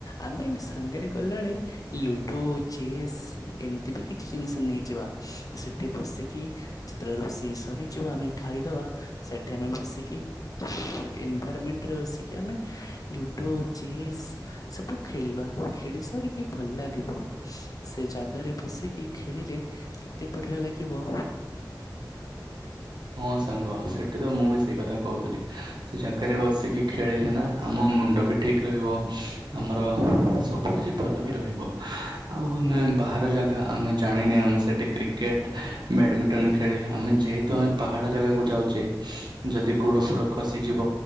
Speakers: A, on the left; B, on the right.
A: ଆମେ ସାଙ୍ଗରେ ଗଲା ବେଳେ ଲୁଡୋ ଚେସ୍ ଏମିତି ବି କିଛି ଜିନିଷ ନେଇଯିବା ସେଠି ବସିକି ଯେତେବେଳେ ରୋଷେଇ ସରିଯିବ ଆମେ ଖାଇଦବା ସେଠି ଆମେ ବସିକି ଏନଭରମେଣ୍ଟ ରେ ବସିକି ଆମେ ଲୁଡୋ ଚେସ୍ ସବୁ ଖେଳିବା ଖେଳି ସାରିକି ଭଲ ଲାଗିବ ସେ ଜାଗାରେ ବସିକି ଖେଳିଲେ କେତେ ବଢ଼ିଆ ଲାଗିବ।
B: ହଁ ସାଙ୍ଗ ସେଠି ତ ମୁଁ ବି ସେଇ କଥା କହୁଥିଲି। ସେ ଜାଗାରେ ବସିକି ଖେଳିଲେ ନା ଆମ ମୁଣ୍ଡ ବି ଠିକ ରହିବ ଆମର ସବୁ ଭଲ ବି ରହିବ ଆଉ ଆମେ ବାହାର ଜାଗା ଆମେ ଜାଣିନେ ଆମେ ସେଠି କ୍ରି କ୍ରେଟ ବ୍ୟାଡମିଣ୍ଟନ ଖେଳିଲେ ଆମେ ଯେ ତ ଆମେ ପାହାଡ଼ ଜାଗାକୁ ଯାଉଛେ ଯଦି ଗୋଡ଼ ଫୋଡ଼ ଖସିଯିବ